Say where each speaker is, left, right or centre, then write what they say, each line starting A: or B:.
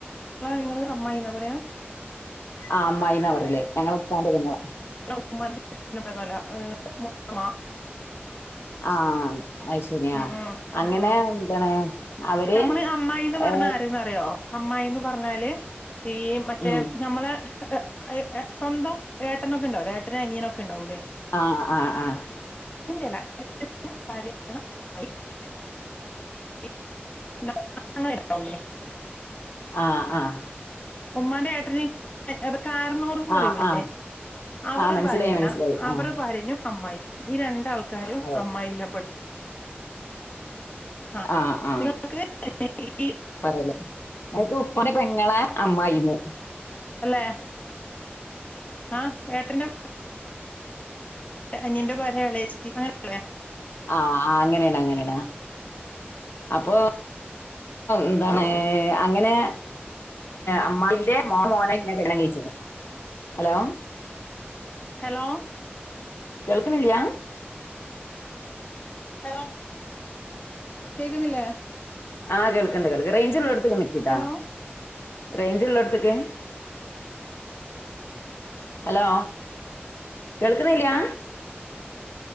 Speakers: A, on the left (about 35°); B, on the left (about 65°).
A: ഇങ്ങള് അമ്മായിന്നാ പറ്യ
B: ആഹ് അമ്മായീന്ന് പറർല് ഞങ്ങളെ ഉപ്പാന്റെ പെങ്ങള
A: മ പറല മൊത്ത
B: ആഹ അ ശരിയാ
A: ഉം ഉം
B: അങ്ങനെ
A: ഉം ഉം
B: എന്താണ് അവര്
A: നമ്മള് അമ്മായിന്ന് പറഞ്ഞ
B: ഏ
A: ആരന്ന് അറിയോ അമ്ന്ന് പറഞ്ഞാല് ഈ മറ്റേ
B: ഉം
A: നമ്മള ഏഏ സ്വന്തംഏട്ടനക്കെ ഉണ്ടാവല്ലോ ഏട്ടന അനിയനൊക്കെ ഉണ്ടാവുംല്ലേ
B: ആഹ ആഹ് ആഹ
A: ര ആ എന്ന ങ്ങെണ്ടാവല്ലേ
B: ആഹ ആഹ
A: ഉമ്മാന്റെ ഏട്ടന് കാരണൂറും
B: ആഹ്
A: പറയൂല്ലേ
B: ആഹ്
A: അവടെ
B: ആഹ് മനസ്സിലായി
A: ഭാര്യന
B: മനസ്സിലായി
A: അവരു
B: ആഹ്
A: ഭാര്യനയും അമ്മായി ഈ രണ്ടാൾക്കാരും
B: അതെ
A: അമ്മായില്ലപ്പെെടു ആഹ്
B: ആഹ ആഹ
A: നിങ്ങൾക്ക് ഈ
B: പറലേ അക്ക് ഉപ്പണ പെങ്ങളെ അമ്മ്മന്ന്
A: അല്ലേ ആഹ ഏട്ടന്റെ അന്യന്റെ ഭളച്ച അങ്ങനെയല്ലേ
B: ആ ആ അങ്ങനെയാണ് അങ്ങനെയാണ് അപ്പൊ എന്താണ് അങ്ങനെ അമ്മായിന്റെ മോ മോനെ ഇന്നെ വെള്ളം കഴിച്ചത് ഹലോ
A: ഹലോ
B: കേൾക്കണില്ലയാ
A: ഹലോ കേക്കുന്നില്ലേ
B: ആ കേൾക്കണ്ട കേൾ റേചിൽ ിക്കട്ടാ
A: ഹലോ
B: േഞ്ചിൽ എടു അ ഹലോ കേൾക്കുന്നില്ലയാാ